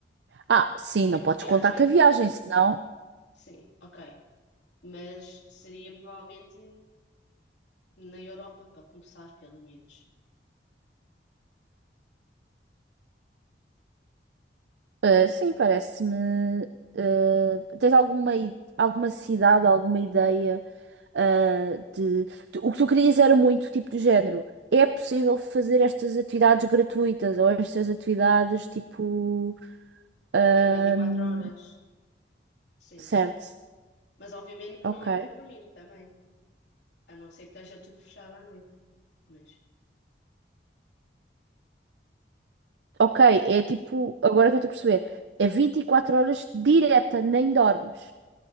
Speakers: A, on the right (about 70°); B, on the left (about 80°).
A: Ah, sim,
B: o tempo
A: não podes
B: de viagem.
A: contar com a viagem, senão.
B: Sim, ok. Mas seria provavelmente Na Europa, para começar, pelo menos.
A: ah, sim, parece-me. ah, tens alguma, i- alguma cidade, alguma ideia ah, de, de- O que tu querias era muito tipo do género. É possível fazer estas atividades gratuitas ou estas atividades tipo. ahm,
B: Em 24 horas. Sim.
A: certo,
B: Mas obviamente que
A: ok.
B: não é para dormir também. A não ser que esteja tudo fechado à noite. Mas.
A: Ok, é tipo, agora é que eu estou a perceber, é 24 horas direta, nem dormes.